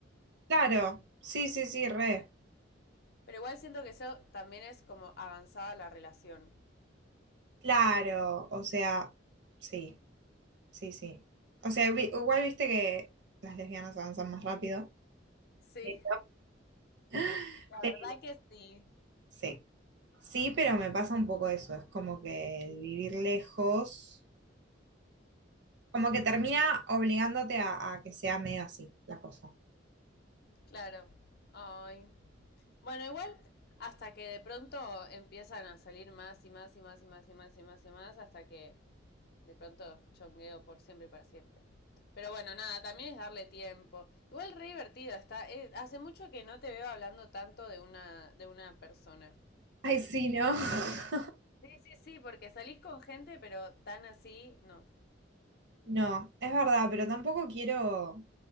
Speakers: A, on the right (about 65°); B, on the left (about 55°).
A: Claro, sí, sí, sí, re,
B: Pero igual siento que eso también es como avanzada la relación.
A: claro, o sea, sí, sí, sí. O sea, vi- igual viste que las lesbianas avanzan más rápido,
B: Sí,
A: pero, <laughs>
B: la
A: pero
B: verdad que sí.
A: sí, sí, pero me pasa un poco eso, es como que el vivir lejos, como que termina obligándote a, a que sea medio así la cosa.
B: Claro. Ay, Bueno, igual, hasta que de pronto empiezan a salir más y más y más y más y más y más y más, hasta que de pronto chongueo por siempre y para siempre. Pero bueno, nada, también es darle tiempo. Igual re divertido está. eh, hace mucho que no te veo hablando tanto de una, de una persona.
A: Ay, sí, ¿no? <laughs>
B: Sí, sí, sí, porque salís con gente, pero tan así, no.
A: No, es verdad, pero tampoco quiero...